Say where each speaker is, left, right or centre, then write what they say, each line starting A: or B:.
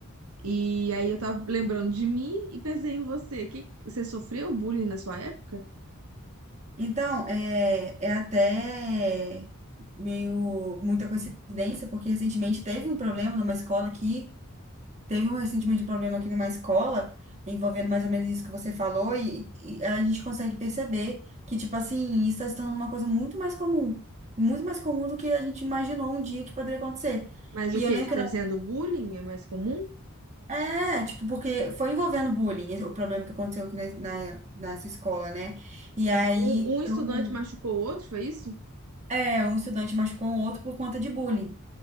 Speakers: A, on the right (about 80°); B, on the right (about 35°).
A: E aí eu tava lembrando de mim e pensei em você. Que, você sofreu bullying na sua época?
B: Então, é, é até meio muita coincidência, porque recentemente teve um problema numa escola aqui, teve um recentemente um problema aqui numa escola, envolvendo mais ou menos isso que você falou, e, e a gente consegue perceber que, tipo assim, isso está se tornando uma coisa muito mais comum, muito mais comum do que a gente imaginou um dia que poderia acontecer.
A: Mas
B: E
A: o que
B: eu lembro
A: que você
B: que
A: está
B: não.
A: dizendo? Bullying é mais comum?
B: É, tipo, porque foi envolvendo bullying, o problema que aconteceu aqui na, na, nessa escola, né? E
A: Ah,
B: aí
A: um, um estudante
B: eu
A: machucou o outro, foi isso?
B: É, um estudante machucou o outro por conta de bullying,